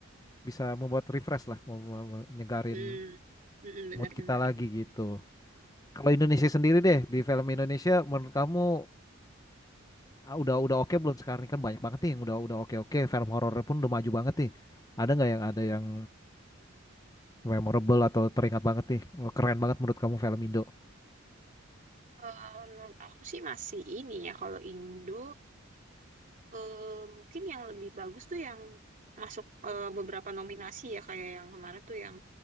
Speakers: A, on the left; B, on the right.
A: Bisa membuat refresh lah, mem- mem- nyegarin
B: mm Mm-mm, benar-benar
A: mood kita lagi gitu. Kalau Indonesia sendiri deh, di film Indonesia menurut kamu ah, udah udah oke belum sekarang ini kan banyak banget nih yang udah udah oke oke film horornya pun udah maju banget nih. Ada nggak yang ada yang memorable atau teringat banget nih keren banget menurut kamu film Indo?
B: Eh, menurut aku sih masih ini ya kalau Indo eh, mungkin yang lebih bagus tuh yang masuk eh, beberapa nominasi ya kayak yang kemarin tuh yang